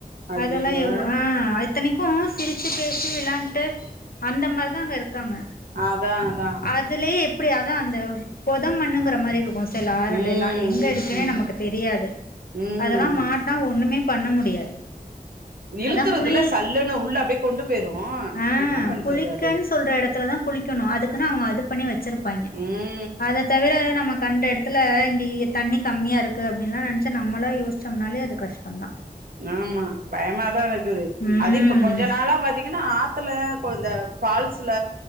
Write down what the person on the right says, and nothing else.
ஐயையோ
அதா அதா
ம்
ம்
ம்
இழுத்துறுதுல
சல்லுனு உள்ள அப்டியே கொண்டு போயிரு
என்ன பண்றது
அது
ம்
ஆமா பயமாதா இருக்குது
அது இப்ப கொஞ்ச நாளா பாத்தீங்கனா ஆத்துல கொ இந்த ஃபால்ஸ்ல